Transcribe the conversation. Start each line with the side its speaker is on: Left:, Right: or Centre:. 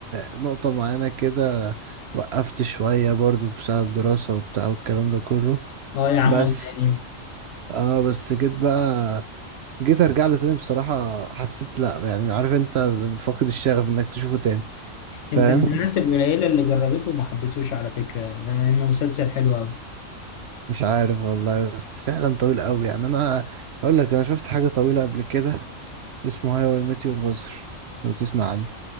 Right: نقطة معينة كده وقفت شوية برضو بسبب دراسة وبتاع والكلام ده كله
Left: آه يا عم
Right: بس
Left: الله يعني
Right: اه بس جيت بقى جيت ارجع له تاني بصراحة حسيت لا يعني عارف انت فاقد الشغف انك تشوفه تاني فاهم
Left: انت من الناس القليلة اللي جربته وما حبيتوش على فكرة لأنه مسلسل حلو أوي
Right: مش عارف والله بس فعلا طويل قوي يعني انا اقول لك انا شفت حاجة طويلة قبل كده اسمه هاو اي ميت يور ماذر لو تسمع عنه